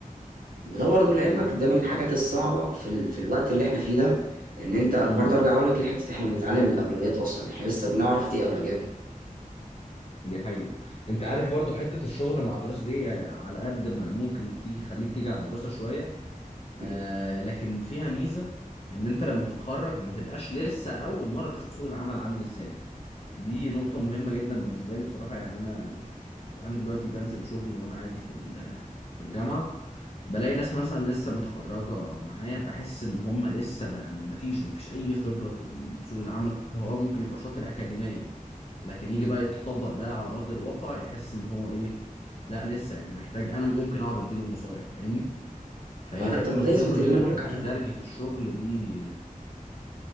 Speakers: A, on the right; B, on the left.
A: وده برضو لعلمك
B: ايوه
A: ده من الحاجات الصعبه في ال... في الوقت اللي احنا فيه ده ان انت برضو
B: امم
A: ارجع اقول لك لحته احنا بنتعلم الاولويات اصلا احنا لسه بنعرف ايه اولوياتنا
B: دي حقيقة انت عارف
A: يعني
B: برضو حتة الشغل مع الدراسة دي آه، على قد ما ممكن تيجي خليك تيجي على الدراسة شوية
A: م-
B: آه لكن فيها ميزة ان انت لما تتخرج ما تبقاش لسه اول مرة تشوف سوق العمل عامل ازاي دي نقطة مهمة جدا بالنسبة لي بصراحة يعني انا انا دلوقتي بنزل شغل وانا عادي في ال- في الجامعة بلاقي ناس مثلا لسه متخرجة معايا بحس ان هم لسه ما ما ما فيش ما فيش اي خبرة في ال- سوق العمل هو ممكن يبقى شاطر اكاديميا لكن يجي
A: م-
B: بقى يطبق ده على ارض الواقع يحس ان هو ايه لا لسه يعني محتاج انا ممكن اقعد اديله نصايح فاهمني فهي
A: ما هو ده
B: حتة
A: طب ما
B: الخبرة
A: ده يثبت
B: دي
A: اللي
B: وإنك
A: انا بقول
B: تبقى
A: لك عليه
B: درجي في الشغل دي